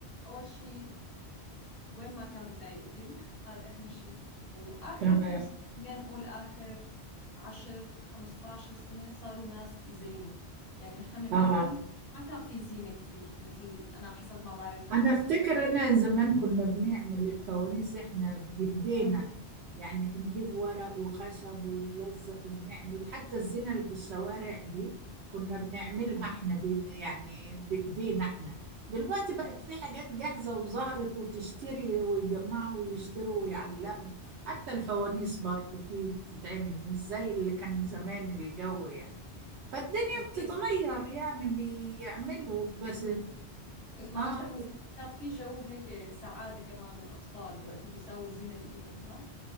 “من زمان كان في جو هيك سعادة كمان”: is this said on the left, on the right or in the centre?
Left